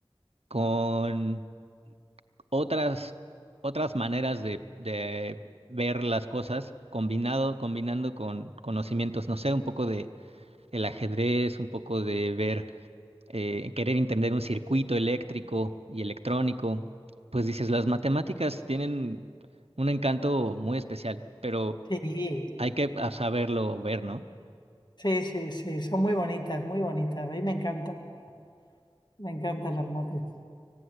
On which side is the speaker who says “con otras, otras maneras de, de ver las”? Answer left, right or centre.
Right